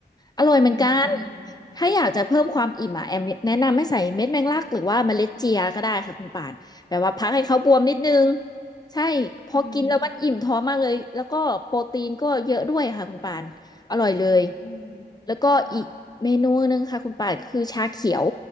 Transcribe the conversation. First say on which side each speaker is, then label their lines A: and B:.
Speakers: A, on the left (about 20°); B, on the left (about 90°).
A: อร่อยเหมือนกัน
B: อืม
A: ถ้าอยากจะเพิ่มความอิ่มอ่ะแอมแนะนำให้ใส่เม็ดแมงลักหรือว่าเมล็ดเจียก็ได้ค่ะคุณป่านแบบว่าพักให้เขาบวมนิดนึงใช่พอกินแล้วมันอิ่มท้องมากเลยแล้วก็โปรตีนก็เยอะด้วยค่ะคุณป่านอร่อยเลย
B: อืมอืม
A: แล้วก็อีกเมนูหนึงค่ะคุณป่านคือชาเขียว
B: ค่ะ